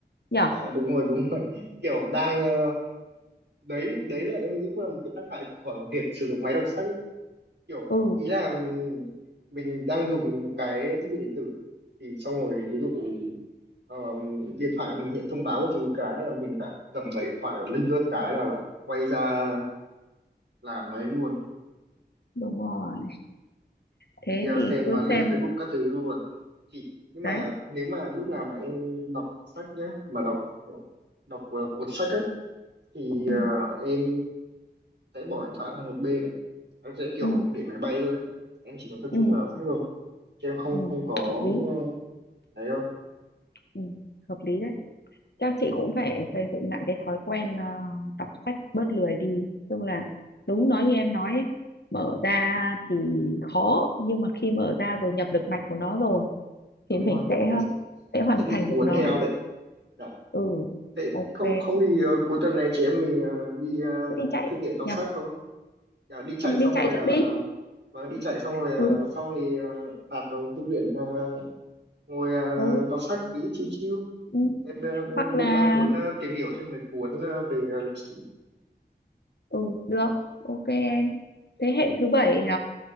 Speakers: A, on the left; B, on the right.
A: nhở
B: dạ đúng rồi đúng rồi <laughs> kiểu đang ờ, đấy đấy là em nghĩ cũng là một cái tác hại của <laughs> việc sử dụng máy đọc sách ấy. kiểu
A: ừ
B: ý là mình đang dùng một cái thiết bị điện tử thì xong rồi ví dụ ờ, điện thoại mình hiện thông báo của thứ cái là mình lại cầm vào điện thoại rồi lướt lướt cái là lại quay ra làm ấy luôn
A: đúng rồi thế
B: đi ờ,
A: thì
B: xem
A: cứ
B: ờ, lướt
A: xem
B: Facebook các thứ luôn chị nhưng
A: đấy
B: mà nếu mà lúc nào mà em đọc sách nhá mà đọc kiểu đọc ờ, cuốn sách ấy, thì
A: ừ
B: ờ, em sẽ bỏ điện thoại sang một bên em sẽ kiểu
A: ừ
B: để máy bay luôn ấy. em chỉ có tập
A: ừ
B: trung vào sách thôi chứ em không
A: ừ
B: không có
A: hợp lý
B: đấy đâu
A: ừ hợp lý đấy chắc chị cũng
B: Dạ,
A: phải xây dựng lại cái thói quen ờ, đọc sách bớt lười đi tức là đúng nói như em nói ấy, mở ra thì khó nhưng mà khi mở ra rồi nhập được mạch của nó rồi
B: đúng
A: thì mình
B: rồi
A: sẽ
B: thì
A: ờ, sẽ hoàn
B: sẽ bị
A: thành
B: cuốn
A: được nó
B: theo đấy Dạ.
A: ừ
B: thế
A: ok
B: không không thì ờ, cuối tuần này chị em mình ờ, đi ờ,
A: cứ đi chạy
B: thư viện đọc
A: nhỉ
B: sách thôi Dạ, đi chạy
A: đi
B: xong
A: chạy
B: rồi
A: trước
B: ờ,
A: đi
B: và đi chạy xong rồi ờ,
A: ừ
B: xong thì ờ, tạt vào thư viện ờ, ngồi ờ,
A: ừ,
B: đọc sách tí chiêu chill
A: ừ.
B: em ờ,
A: hoặc
B: cũng
A: là
B: đang muốn ờ, tìm hiểu thêm mấy cuốn ờ, về ờ, lịch sử
A: ừ được ok em thế hệ thứ bảy
B: Dạ.
A: nhỉ